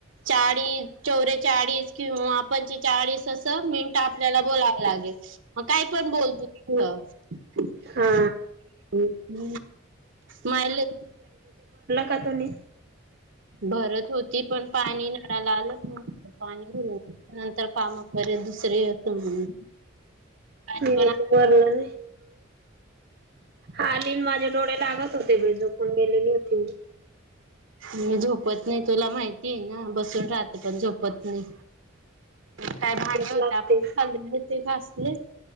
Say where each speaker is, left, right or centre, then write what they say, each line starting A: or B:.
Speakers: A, on the right; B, on the right.
A: चाळीस चोरे चाळीस किंवा आपण चाळीस तस मिनट आपल्याला बोलाव लागेल मग काय पण बोलतो त
B: हा
A: मायले
B: कादून
A: भरत होती पण पाणी नळायला आलं पाणी घून नंतर काम करत शयस म्ह आणि
B: मी
A: पण
B: तर भरलं आलीन माझ्या डोळे लागत दे जोक एल नव तिन
A: मी झोपत नाही तुला माहिती आहे ना बसून राहते पण झोपत नाही काय भांगे
B: भूक
A: होते
B: लागते.
A: आपण चालले ते घास नाही